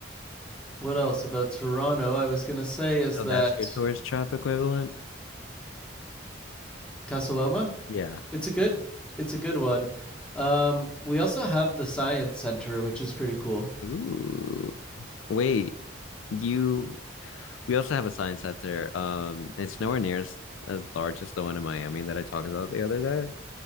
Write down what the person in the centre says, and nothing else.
what else about Toronto? I was gonna say is
that
Casaloma.
It's a good. It's a good one. Um, we also have the Science Center, which is pretty cool.